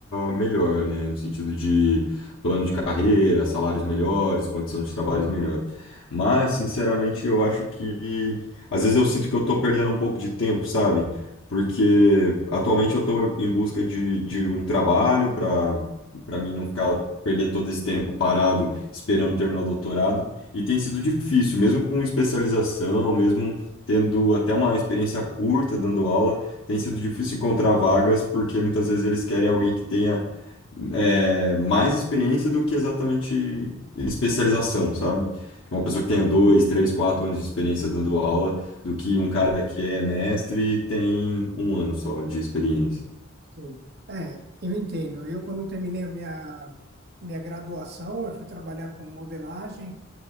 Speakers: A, on the left; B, on the right.
A: melhor, né? No sentido de plano de carreira, salários melhores, condição de trabalho melhor. Mas, sinceramente, eu acho que... Às vezes eu sinto que eu tô perdendo um pouco de tempo, sabe? Porque atualmente eu tô em busca de, de um trabalho para para mim não ficar perder todo esse tempo parado esperando terminar o doutorado. E tem sido difícil, mesmo com especialização, mesmo tendo até uma experiência curta dando aula, tem sido difícil encontrar vagas, porque muitas vezes eles querem alguém que tenha é, mais experiência do que exatamente especialização, sabe? Tipo, Uma pessoa que tenha dois, três, quatro anos de experiência dando aula, do que um cara que é mestre e tem um ano só de experiência.
B: Sim. É, eu entendo. Eu quando terminei a minha minha graduação, eu fui trabalhar com modelagem